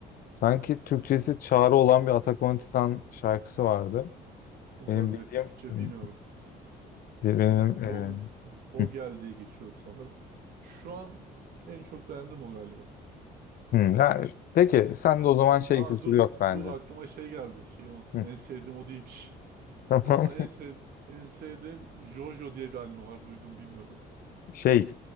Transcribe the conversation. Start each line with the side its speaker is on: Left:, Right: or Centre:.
Left: Sanki Türkçesi Çağrı olan bir Attack on Titan şarkısı vardı.
Right: Olabilir.
Left: Benim bildiğim
Right: Türkçe
Left: hmm,
Right: bilmiyorum.
Left: benim
Right: Yani
Left: e,
Right: Vogel,
Left: <laughs>
Right: Vogel
Left: hı,
Right: diye geçiyordu sanırım. Şu an en çok beğendim o galiba.
Left: hı. Ya, peki sen de o zaman şey
Right: Aa
Left: kültürü
Right: dur
Left: yok bence.
Right: dur aklıma şey geldi. Şeyi unuttum.
Left: Hı.
Right: En sevdiğim o değilmiş. <laughs>
Left: <laughs> Tamam.
Right: Aslında en sev en sevdiğim Jojo diye bir anime var. Duydum bilmiyorum.
Left: Şey,